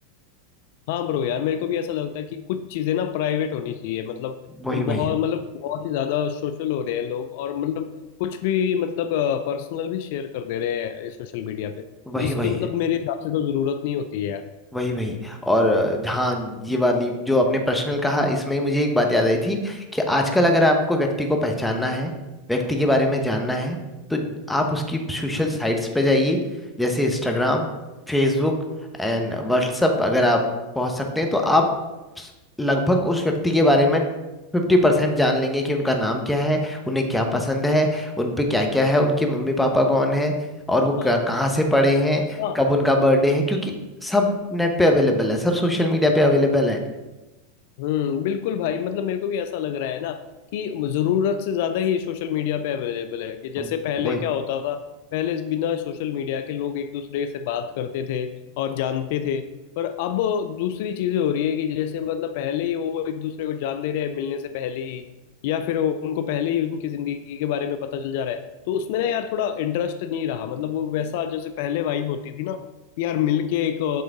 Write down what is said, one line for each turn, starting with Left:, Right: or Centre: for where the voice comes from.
Left: हाँ ब्रो यार मेरे को भी ऐसा लगता है कि कुछ चीज़ें ना प्राइवेट होनी चाहिए मतलब
Centre: वही वही
Left: बहुत
Centre: है
Left: मतलब बहुत ही ज़्यादा सोशल हो रहे हैं लोग और मतलब कुछ भी मतलब पर्सनल भी शेयर कर दे रहे हैं सोशल मीडिया पे
Centre: वही
Left: जिसकी
Centre: वही
Left: मतलब
Centre: है
Left: मेरे हिसाब से तो ज़रूरत नहीं होती है यार
Centre: वही वही और अ, हाँ ये वाली जो आपने पर्सनल कहा इसमें ही मुझे एक बात याद आई थी कि आजकल अगर आपको व्यक्ति को पहचानना है व्यक्ति के बारे में जानना है तो आप उसकी सोशल साइट्स पे जाइए जैसे इंस्टाग्राम फेसबुक एंड व्हाट्सएप अगर आप पहुंच सकते हैं तो आप स- लगभग उस व्यक्ति के बारे में फिफ्टी परसेंट जान लेंगे कि उनका नाम क्या है उन्हें क्या पसंद है उन पे क्या क्या है उनके मम्मी पापा कौन है और वो
Left: हाँ
Centre: क- कहाँ से पढ़े हैं
Left: हाँ
Centre: कब उनका बर्थडे है क्योंकि सब नेट पे अवेलेबल है सब सोशल मीडिया पे अवेलेबल है
Left: हम्म बिल्कुल भाई मतलब मेरे को भी ऐसा लग रहा है ना कि जरूरत से ज्यादा ही सोशल मीडिया पे अवेलेबल है कि जैसे
Centre: वो-
Left: पहले
Centre: वही
Left: क्या होता था पहले बिना सोशल मीडिया के लोग एक दूसरे से बात करते थे और जानते थे पर अब दूसरी चीजें हो रही है कि जैसे मतलब पहले ही वो एक दूसरे को जान ले रहे हैं मिलने से पहले ही या फिर वो- उनको पहले ही उनकी जिंदगी के बारे में पता चल जा रहा है तो उसमें ना यार थोड़ा इंटरेस्ट नहीं रहा मतलब वो वैसा जैसे पहले वाइब होती थी ना यार मिलके एक